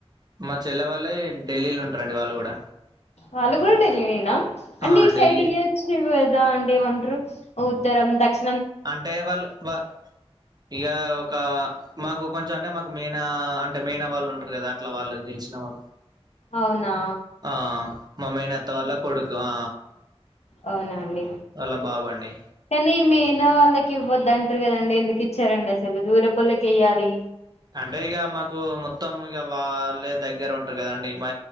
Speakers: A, on the right; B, on the left.
A: మా చెల్లె వాళ్ళే ఢిల్లీ లో ఉంటారండి వాళ్ళు కూడా
B: వాళ్లు కూడా ఢిల్లీ నేనా అంటే
A: ఆ
B: ఎటు
A: ఢిల్లీ
B: సైడ్ ఇయ్యొచ్చుగా అండే వండ ఉత్తరం దక్షిణ
A: అంటే వాళ్ళు వా ఇక ఒక మాకు కొంచెం అంటే మాకు మేనా అంటే మేయినా వాళ్ళు ఉంటారు కదా అట్లా వాళ్ళు తెలిసిన వాళ్ళు
B: అవునా
A: ఆ మా మేనత్త వాళ్ళ కొడుకు ఆ
B: అవునాండి
A: వాళ్ళ బాబు అండి
B: కానీ మే న్న వాళ్ళకి ఇవ్వద్దు అంటారు కదండి ఎందుకు ఇచ్చారండి అసలు దూరపోల్లకి ఇయ్యాలి
A: అంటే ఇక మాకు మొత్తం ఇక వాళ్ళే దగ్గర ఉంటారు కదండి మా